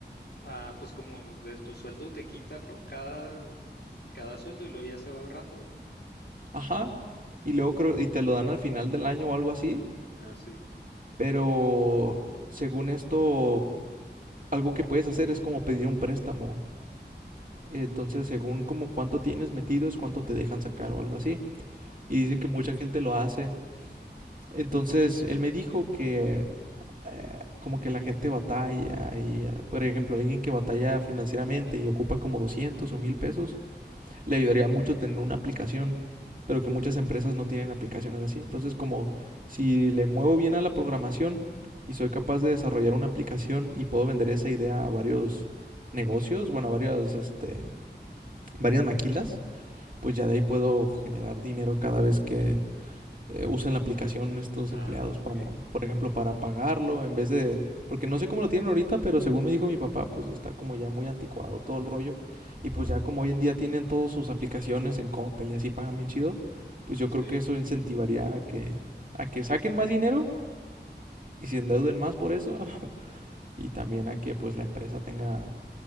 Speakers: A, on the left (about 70°); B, on the right (about 50°).
A: Ah, pues como de tu sueldo te quitan, ¿no? Cada, cada sueldo y lo ya se va ahorrando.
B: Ajá. Y luego creo, y te lo dan al final del año o algo así.
A: Ah, sí.
B: Pero según esto, algo que puedes hacer es como pedir un préstamo. Entonces, según como cuánto tienes metido, es cuánto te dejan sacar o algo así. Y dicen que mucha gente lo hace. Entonces, él me dijo que eh, como que la gente batalla y, eh, por ejemplo, alguien que batalla financieramente y ocupa como 200 o 1000 pesos, le ayudaría mucho tener una aplicación, pero que muchas empresas no tienen aplicaciones así. Entonces, como si le muevo bien a la programación y soy capaz de desarrollar una aplicación y puedo vender esa idea a varios negocios, bueno, a varias, este, varias maquilas, pues ya de ahí puedo generar dinero cada vez que eh, usan la aplicación estos
A: Ah,
B: empleados
A: ok.
B: para, por ejemplo, para pagarlo en vez de... Porque no sé cómo lo tienen ahorita, pero según me dijo mi papá, pues está como ya muy anticuado todo el rollo. Y pues ya como hoy en día tienen todas sus aplicaciones en Coppel y así pagan bien chido, pues yo
A: Sí,
B: creo que eso incentivaría a que, a que saquen más dinero y se endeuden más por eso. <laughs> Y también a que pues la empresa tenga